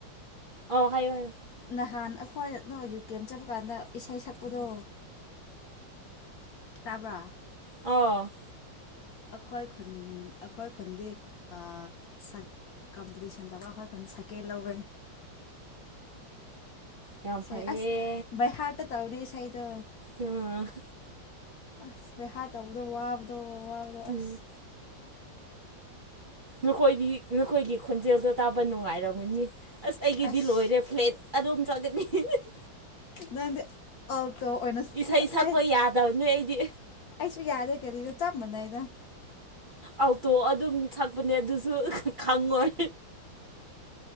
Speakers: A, on the right; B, on the left.
A: ꯑꯣ ꯍꯥꯏꯌꯨ ꯍꯥꯏꯌꯨ
B: ꯅꯍꯥꯟ ꯑꯩꯈꯣꯏ ꯅ ꯌꯨ ꯀꯦ ꯑꯃ ꯆꯠꯄ ꯀꯥꯟꯗ ꯏꯁꯩ ꯁꯛꯄꯗꯣ ꯇꯥꯕ꯭ꯔꯥ
A: ꯑꯣ
B: ꯑꯩꯈꯣꯏ ꯑꯩꯈꯣꯏ ꯈꯨꯟꯗꯤ ꯑꯥ ꯀꯝꯄꯤꯇꯤꯁꯟꯗꯕꯨ ꯑꯩꯈꯣꯏ ꯈꯣꯏꯅ ꯁꯥꯏꯀꯦꯜ ꯂꯧꯋꯦ
A: ꯎꯝ ꯌꯥꯝ
B: ꯏꯁꯩ
A: ꯐꯩꯌꯦ
B: ꯑꯁ ꯚꯥꯏ ꯍꯥꯔꯇ ꯇꯧꯅꯦ ꯏꯁꯩꯗꯣ
A: ꯑꯝ
B: ꯑꯁ ꯚꯩꯍꯥ ꯇꯧꯕꯗꯣ ꯋꯥꯕꯗꯣ ꯋꯥꯕꯗꯣ
A: ꯎꯝ
B: ꯑꯁ
A: ꯅꯈꯣꯏꯗꯤ ꯅꯈꯣꯏꯒꯤ ꯈꯣꯟꯖꯦꯜꯗꯣ ꯇꯥꯕ ꯅꯨꯡꯉꯥꯏꯔꯝꯒꯅꯤ ꯑꯁ ꯑꯩꯒꯤꯗꯤ
B: ꯑꯁ
A: ꯂꯣꯏꯔꯦ ꯐ꯭ꯂꯦꯠ ꯑꯖꯣꯝ ꯆꯒꯠꯅꯤ <unintelligible> <unintelligible>
B: ꯅꯪꯗꯤ ꯑꯜꯇꯣ ꯑꯣꯏꯅ
A: ꯏꯁꯩ
B: ꯇꯥꯛꯑꯦ
A: ꯁꯛꯄ ꯌꯥꯗꯕꯅꯦ ꯑꯩꯗꯤ
B: ꯑꯩꯁꯨ ꯌꯥꯗꯦ ꯀꯔꯤꯔ ꯆꯞ ꯃꯥꯟꯅꯩꯗ
A: ꯑꯣꯜꯇꯣ ꯑꯗꯨꯝ ꯁꯛꯄꯅꯦ ꯑꯗꯨꯁꯨ ꯈꯪꯉꯣꯏ